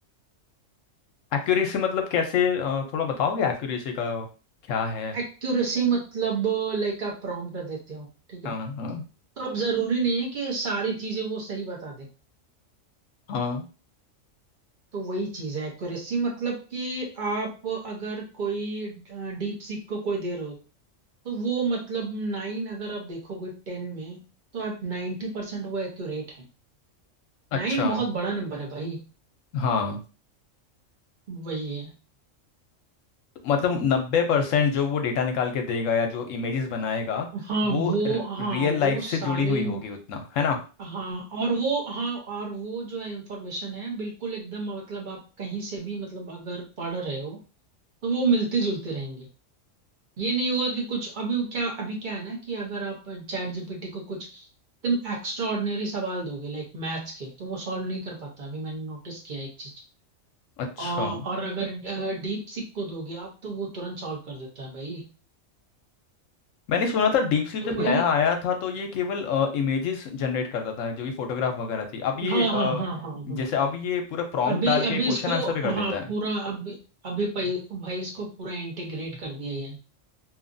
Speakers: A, on the left (about 80°); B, on the right (about 40°).
A: एक्यूरेसी मतलब कैसे अ, थोड़ा बताओगे एक्यूरेसी का क्या है
B: एक्यूरेसी मतलब लाइक आप प्रॉम्प्ट देते हो ठीक
A: हाँ
B: है
A: हाँ
B: तो अब जरूरी नहीं है कि सारी चीजें वो सही बता दे
A: हाँ
B: तो वही चीज है एक्यूरेसी मतलब कि आप अगर कोई डीप सीक को कोई दे रहे हो तो वो मतलब नाइन अगर आप देखोगे टेन में तो आप नाइन्टी परसेंट वो एक्यूरेट है
A: अच्छा
B: नाइन बहुत बड़ा नंबर है भाई
A: हाँ
B: वही है
A: मतलब नब्बे परसेंट जो वो डेटा निकाल के देगा या जो इमेजेस बनाएगा
B: हाँ
A: वो
B: वो
A: रियल
B: हाँ वो
A: लाइफ से
B: सारे
A: जुड़ी हुई होगी
B: मत-
A: उतना है ना
B: हाँ और वो हाँ और वो जो है इंफॉर्मेशन है बिल्कुल एकदम मतलब आप कहीं से भी मतलब अगर पढ़ रहे हो तो वो मिलती जुलती रहेंगी ये नहीं हुआ कि कुछ अभी क्या अभी क्या है ना कि अगर आप चैट जीपीटी को कुछ एकदम एक्स्ट्रा ऑर्डिनरी सवाल दोगे लाइक मैथ्स के तो वो सॉल्व नहीं कर पाता अभी मैंने नोटिस किया एक चीज
A: अच्छा
B: और और अगर डीप सिक को दोगे आप तो वो तुरंत सॉल्व कर देता है भाई
A: मैंने सुना था डीप सीप
B: तो
A: जब
B: वही
A: नया आया था तो ये केवल इमेजेस जनरेट करता था जो भी फोटोग्राफ वगैरह थी अब ये
B: हाँ
A: अ,
B: हाँ हाँ हाँ हाँ
A: जैसे अब ये पूरा प्रॉम्प्ट
B: अभी
A: डाल के
B: अभी
A: क्वेश्चन
B: इसको
A: आंसर भी कर देता
B: हाँ
A: है
B: पूरा अभी अभी पै- भाई इसको पूरा इंटीग्रेट कर दिया गया है